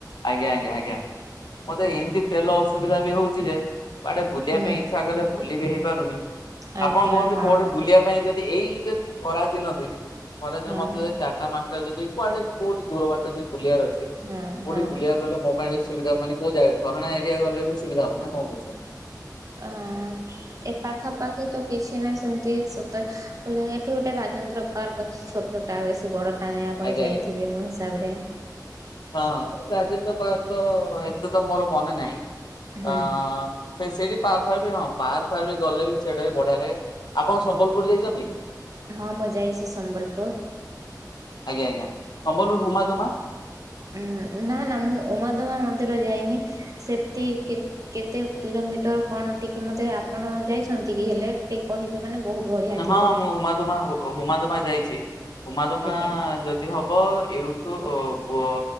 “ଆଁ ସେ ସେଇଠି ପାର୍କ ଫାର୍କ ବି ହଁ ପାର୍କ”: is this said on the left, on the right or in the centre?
Left